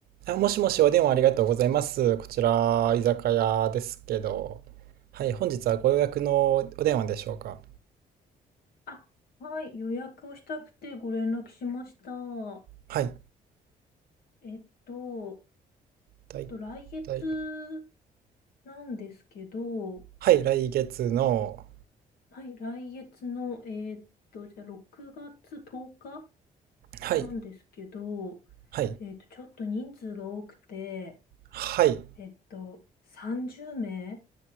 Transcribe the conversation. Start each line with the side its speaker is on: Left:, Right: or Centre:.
Right: あ、もしもし、お電話ありがとうございます。こちら、居酒屋ですけど。はい、本日はご予約のお電話でしょうか。
Left: あ、はい、予約をしたくてご連絡しました。
Right: はい、
Left: えっと、
Right: だい
Left: ちょっと来月
Right: い。
Left: なんですけど、
Right: はい、来月の、
Left: はい、来月の、えっと、じゃあ6月10日
Right: はい、
Left: なんですけど、
Right: はい、
Left: えっと、ちょっと人数が多くて、
Right: はい。
Left: えっと、30名